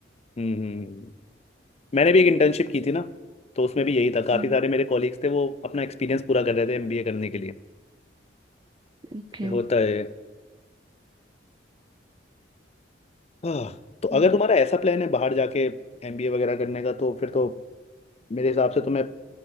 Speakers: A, on the left (about 35°); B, on the right (about 25°).
A: हम्म हम्म। मैंने भी एक इंटर्नशिप की थी ना तो उसमें भी यही था काफ़ी
B: हम्म
A: सारे मेरे कॉलीग्स थे वो अपना एक्सपीरियंस पूरा कर रहे थे एमबीए करने के लिए
B: ओके
A: होता है हाँ तो
B: हम्म
A: अगर तुम्हारा ऐसा प्लान है बाहर जाके एमबीए वगैरह करने का तो फिर तो मेरे हिसाब से तुम्हें